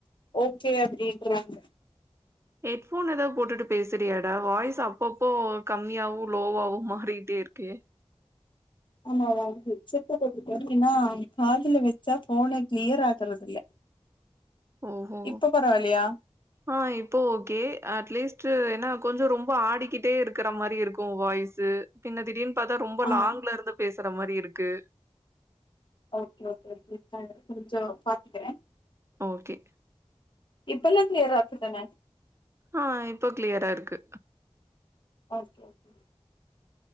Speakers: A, on the left (about 45°); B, on the right (about 25°).
A: ஓகே அப்டின்றாங்க
B: ஹெட்போன் ஏதாது போட்டுட்டு பேசுறியாடா வாய்ஸ் அப்பப்போ கம்மியாகு லோவாவு மாறிகிட்டே இருக்கே
A: ஆமா ஹெட் செட் தா போட்டு இருக்க ஏ தெரியுமா காதில வச்சா போனை கிளியர் ஆகுறதில்ல
B: ஓஹோ!
A: இப்ப பரவாயில்லையா
B: ஆ இப்போ ஓகே அட்லீஸ்ட் ஏனா கொஞ்சோ ரொம்ப ஆடிக்கிட்டே இருக் இருக்குற மாரி இருக்கும் வாய்ஸ் பின்ன திடீர்னு பார்த்தா ரொம்ப
A: ஆ
B: லாங்ல இருந்து பேசுற மாரி இருக்கு
A: ஓகே ஓகே இப்ப கொஞ்சோம் பாத்துக்க
B: ஓகே
A: இப்ப இன்னேறத்துல்ல யார அனுப்பிருப்பாங்க
B: ஆ இப்போ கிளியரா இருக்கு
A: ஓகே ஓகே